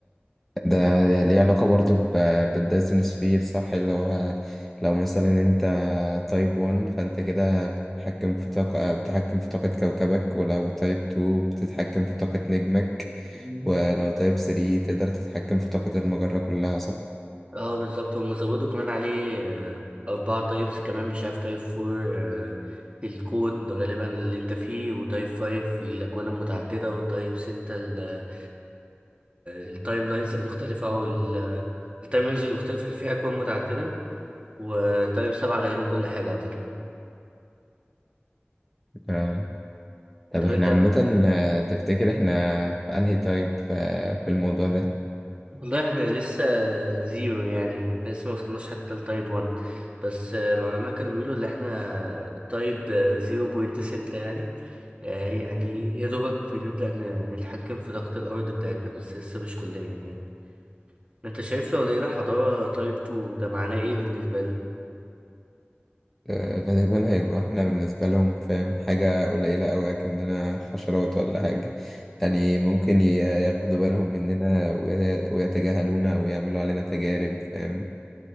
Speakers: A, in the centre; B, on the right.
A: ده ليه علاقة برضو ب- بالدايسون سفير صح اللي هو لو مثلا انت تايب 1 فانت كده بتتحكم في طاقة بتتحكم في طاقة كوكبك ولو تايب 2 بتتحكم في طاقة نجمك
B: مم.
A: ولو تايب 3 تقدر تتحكم في طاقة المجرة كلها صح؟
B: اه بالظبط هما زودوا كمان عليه آه، أربعة تايبس كمان مش عارف تايب فور آه، الكون غالبا اللي انت فيه وتايب فايف الأكوان المتعددة وتايب ستة آه، التايم لاينز المختلفة أو ال- التايم لاينز المختلفة فيها أكوان متعددة وتايم سبعة غالبا كل حاجة أعتقد
A: آه. طب
B: طب
A: احنا
B: أنت
A: عامة آه، تفتكر احنا في انهي تايب آه، في الموضوع ده؟
B: والله إحنا لسه زيرو يعني إحنا لسه موصلناش حتى لتايب ون بس آه، العلماء كانوا بيقولوا إن إحنا تايب زيرو بوينت ستة يعني آه، يعني يا دوبك بنبدأ ن- نتحكم في طاقة الأرض بتاعتنا بس لسه مش كليا يعني أنت شايف لو لقينا حضارة تايب تو ده معناه إيه بالنسبة لنا؟
A: آه، غالبا هيبقى احنا بالنسبة لهم فاهم حاجة قليلة أوي أكننا حشرات ولا حاجة يعني ممكن ي- ياخدوا بالهم مننا ويت- ويتجاهلونا أو يعملوا علينا تجارب فاهم